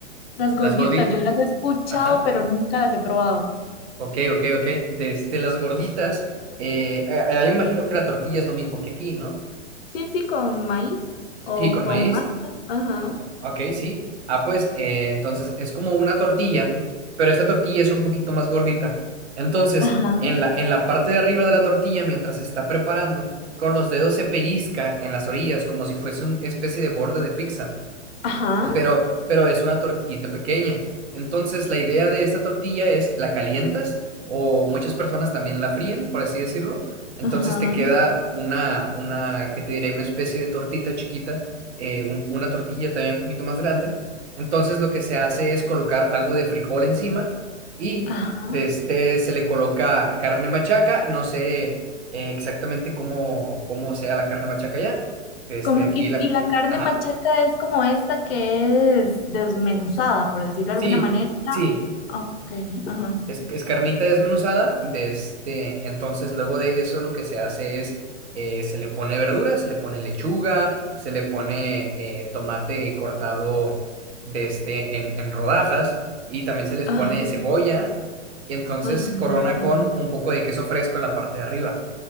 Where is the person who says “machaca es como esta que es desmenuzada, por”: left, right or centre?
Left